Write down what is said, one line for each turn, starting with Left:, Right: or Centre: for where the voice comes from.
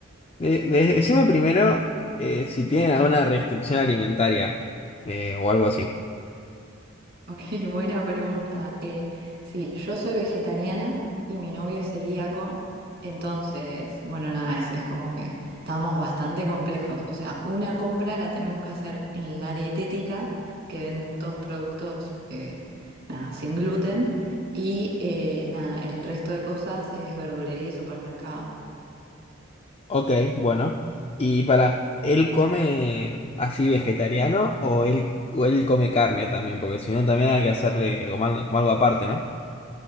Left: De- de- decime primero eh, si tienen alguna restricción alimentaria eh, o algo así.
Right: Ok, <laughs> buena pregunta. Eh, sí, yo soy vegetariana y mi novio es celíaco, entonces, bueno, nada, es, es como que estamos bastante complejos. O sea, una compra la tenemos que hacer en la dietética, que venden todos productos, eh, nada, sin gluten, y eh, nada, el resto de cosas es verdulería y supermercado.
Left: Ok, bueno. Y para, ¿él come así vegetariano o él, o él come carne también? Porque si no, también hay que hacerle como, al- como algo aparte, ¿no?